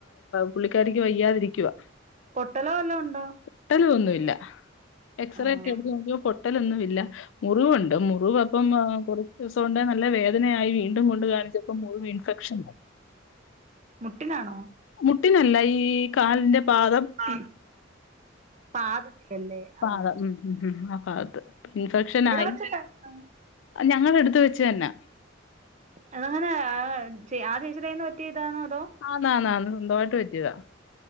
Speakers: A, on the left; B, on the right.
A: പുള്ളിക്കാരിക്ക് വയ്യാതിരിക്കവാ
B: പൊട്ടല വല്ല ഉണ്ടോ?
A: പൊട്ടല് ഒന്നുഇല്ല എക്സറേ
B: ആ
A: ഒക്കെ എടുത്ത് നോക്കിയപ്പോ പൊട്ടലൊന്നുഇല്ല മുറിവുണ്ട് മു മുവ് അപ്പം അ കുറച്ച് ദിവസഒണ്ടേ നല്ല വേദനയായി വീണ്ടും കൊണ്ട് കാണിച്ചപ്പോ മുറിവ് ഇൻഫെക്ഷൻ ആ
B: മുട്ടിനാണോ?
A: മുട്ടിനല്ല ഈ കാലിന്റെ പാദം
B: ആഹ് പാദത്തിലല്ലേ
A: പാദം.
B: ആഹ്
A: ഉം, ഉം ഹ് ഹ് ആഹ് ഭാഗത്ത് ഇൻഫെക്ഷൻ ആയി
B: വെച്ചിട്ടായിരുന്നു
A: ഞങ്ങളെടുത്ത് വെച്ചതന്ന
B: അതെങ്ങന ആ ച്ച് ആ ചേച്ചിടെ കയിന്ന് പറ്റിയതാണോ അതോ
A: ആന്ന് ആന്ന് ആന്ന് സ്വന്തമായിട്ട് പറ്റിയതാ